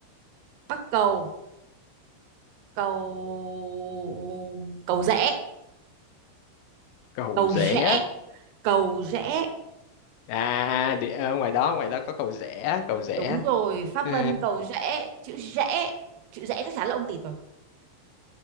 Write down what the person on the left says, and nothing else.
cầu
rẽ
à à, đi ờ, ngoài đó ngoài đó có cầu rẽ cầu rẽ
Ờ,